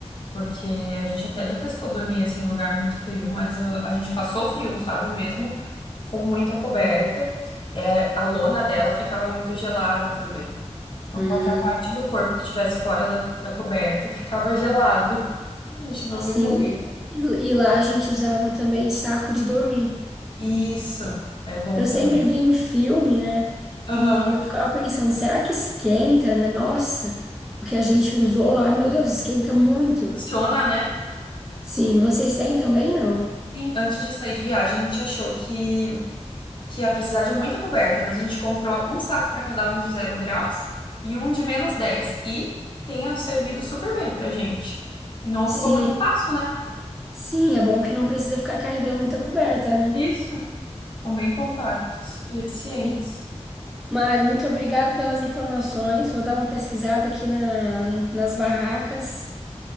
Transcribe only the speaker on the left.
Porque a gente até já testou dormir assim em lugar muito frio, mas ah, a gente passou frio, sabe mesmo? com muita coberta. É, a lona dela ficava muito gelada também. Então,
qualquer parte do corpo que estivesse fora da, da coberta ficava gelado. A gente não
recomenda.
Isso, é bom
também.
Aham.
Funciona, né?
Sim, antes de sair de viagem, a gente achou que, que ia precisar de muita coberta, mas a gente comprou um saco para cada um de zero graus e um de menos dez E tenha servido super bem pra gente. E não ocupa
muito espaço, né?
Isso. São bem compactos e eficientes.